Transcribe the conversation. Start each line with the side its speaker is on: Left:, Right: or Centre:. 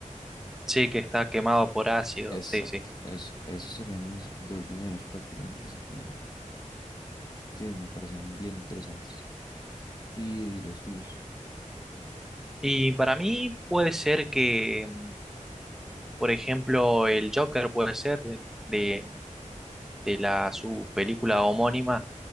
Centre: Sí, que está quemado por ácido.
Left: Exacto,
Centre: Sí, sí.
Left: es esos serían mis dos villanos prácticamente, así como que me parecen bien interesantes. ¿Y los tuyos?
Centre: Y para mí puede ser que, mm, por ejemplo, el Joker puede ser de, de de la, su película homónima